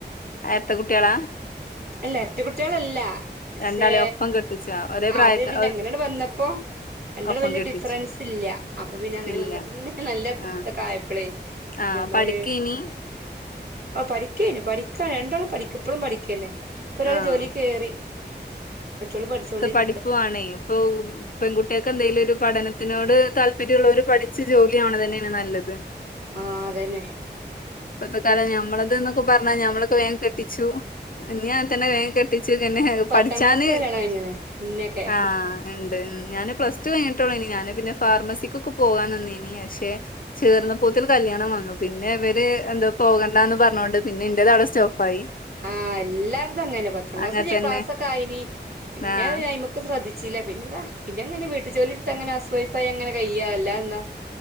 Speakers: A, on the left; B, on the right.
A: എത്ര കുട്ടികളാ
B: അല്ല എരറ്റ കുട്ടികളല്ല പക്ഷേ
A: രണ്ടാളേം ഒപ്പം കെട്ടിച്ചോ ഒരേ
B: ആ
A: പ്രായക്കാ
B: അത് പിന്നെ അങ്ങനെ വന്നപ്പോൊ രണ്ടള
A: ഒപ്പം
B: വലിയ
A: കെട്ടിച്ചോ
B: ഡിഫറൻസ് ഇല്ല അപ്പൊ പിന്നെ അങ്ങനെ
A: ഇല്ല
B: വന്നപ്പോ പിന്നെ നല്ല
A: ആഹ്
B: ഇതൊക്കായപ്പളേ
A: ആഹ്
B: നമ്മള്
A: പഠിക്കേനി
B: പഠി പഠിക്കേ പഠിക്കൻ രണ്ടോളണം പഠിക്കപ്പഴും പഠിക്കല്ലേ ഇപ്പൊ ഒരാള്
A: ആഹ്
B: ജോലി ക കേറി മറ്റള് പഠിച്ചോണ്ടിരിക
A: പഠിപ്പുണ ഇപ്പ പെൺകുട്ടികൾക്കെ എന്തെലും ഒരു പഠന ത്തിനോട് താല്പര്യമുള്ളവര് പഠിച്ച ജോലിയാണ് തന്നെയാണ് നല്ലത്
B: ആഹ അതന്നെ
A: ഇപ്പത്തെ കാലം ഞമ്മളത് എന്നൊക്കെ പറഞ്ഞാ ഞമ്മളൊക്കെ വേഗ കെട്ടിച്ചു ഇൻഇഞ്ഞീം അങ്ങ തന്നെ വേഗ കെട്ടിച് പിന്നെ
B: പത്താം
A: പഠിചാന്
B: ക്ലാസ്സിന്ന്
A: --
B: കല്യാണം കഴിഞ്ഞ്ണ് ഇന്നെക്കെ
A: ആഹ് ഉണ്ട് ഞാന് പ്ലസ് ടു കഴിഞ്ഞി ട്ടോളൂ അയ്നിംഇനി ഞാന് പിന്നെ ഫാർമസിക്കൊക്കെ പോകൻനിന്നീനിം പിന്നെ ഇവര് പക്ഷെ ചേർന്ന പോത്തൊരു കല്യാണം വന്നു പിന്നെ ഇവര് എന്താ പോകണ്ടാന്ന് പറഞ്ഞോണ്ട് പിന്നെന്റതവിടെ സ്റ്റോപ്പ് ആായി.
B: ആഹ് എല്ലാരും അങ്ങനെപത്താം ക്ലാസ്
A: അങ്ങനെ തന്നെ
B: പാസ്സൊക്കെ ആയിനിം പിന്നെയ്മക്ക്
A: ആഹ്
B: ശ്രദ്ധി ചിലവിനെന്താ പിന്നെ ഇങ്ങന വീട്ടു ജോലി ടുത്ത് അങ്ങനെ കയ്യ് ഹൗസ് വൈഫായി അങ്ങനെ കയ്യാ അല്ലാതെ എന്താ